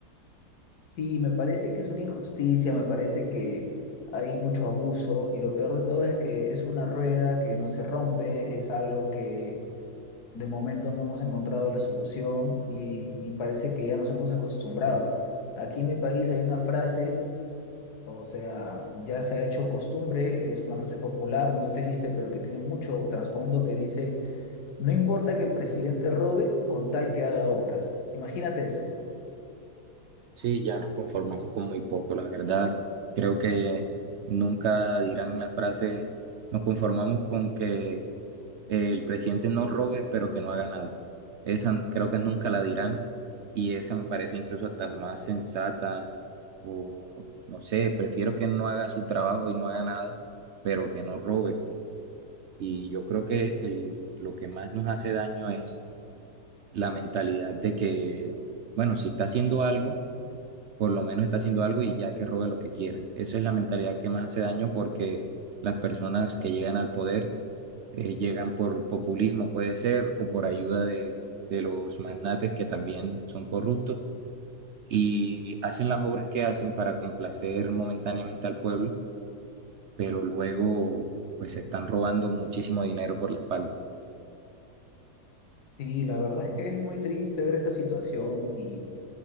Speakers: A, on the left (about 70°); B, on the right (about 70°).
A: Sí, me parece que es una injusticia, me parece que hay mucho abuso y lo peor de todo es que es una rueda que no se rompe, es algo que de momento no hemos encontrado la solución y, y parece que ya nos hemos acostumbrado. Aquí en mi país hay una frase, o sea, ya se ha hecho costumbre, es una frase popular, muy triste, pero que tiene mucho trasfondo que dice, no importa que el presidente robe con tal que haga obras. Imagínate eso.
B: Sí, ya nos conformamos con muy poco, la verdad. Creo que nunca dirán la frase, nos conformamos con que el presidente no robe, pero que no haga nada. Esa creo que nunca la dirán y esa me parece incluso hasta más sensata o no sé, prefiero que no haga su trabajo y no haga nada, pero que no robe. Y yo creo que el- lo que más nos hace daño es la mentalidad de que, bueno, si está haciendo algo por lo menos está haciendo algo y ya que robe lo que quiera. Esa es la mentalidad que más hace daño porque las personas que llegan al poder eh, llegan por populismo, puede ser, o por ayuda de, de los magnates que también son corruptos y hacen las obras que hacen para complacer momentáneamente al pueblo, pero luego pues se están robando muchísimo dinero por la espalda.
A: Sí, la verdad es que es muy triste ver esa situación y